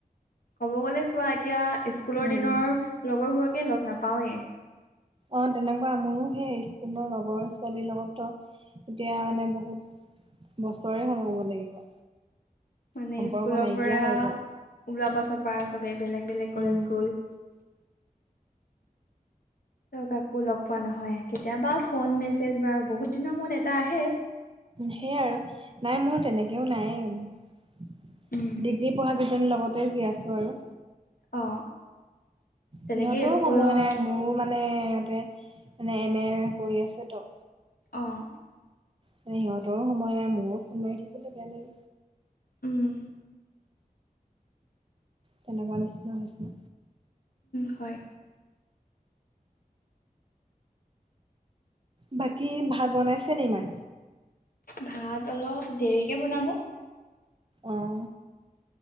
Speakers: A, on the left; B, on the right.
A: ক'ব গ'লে চোৱা এতিয়া স্কুলৰ
B: উম,
A: দিনৰ
B: উম।
A: লগৰবোৰকে লগ নাপাওঁৱেই
B: অ তেনেকুৱা মোৰো সেই স্কুলৰ লগৰ ছোৱালীৰ লগতো এতিয়া মানে বহুত বছৰে হল কব লাগিব
A: মানে
B: সম্পৰ্ক
A: স্কুলৰ
B: নাইকিয়া
A: পৰা
B: হৈ গ'ল।
A: ওলাবা চাবা চবে বেলেগ বেলেগ
B: উম,
A: কলেজ গ'ল চ কাকো লগ পোৱা নহয় কেতিয়াবা ফোন মেছেজ বাৰু বহুত দিনৰ মূৰত এটা আহে
B: সেইয়াই আৰু নাই মোৰ তেনেকেও নাই ডিগ্ৰী
A: উম।
B: পঢ়া কেইজনীৰ লগতে জি আছোঁ আৰু
A: অ তেনেকে
B: সিহঁতৰো
A: স্কুলৰ
B: সময় নাই মোৰো মানে ইহঁতে মানে এম এ কৰি আছেতো
A: অঁ
B: মানে সিহঁতৰো সময় নাই মোৰো ফোন মাৰি থাকিবলৈ বেয়া লাগে
A: আহ
B: তেনেকুৱা নিচিনা হৈছে
A: হয়
B: বাকী ভাত বনাইছে নি মাই
A: ভাত অলপ দেৰিকে বনাব
B: আহ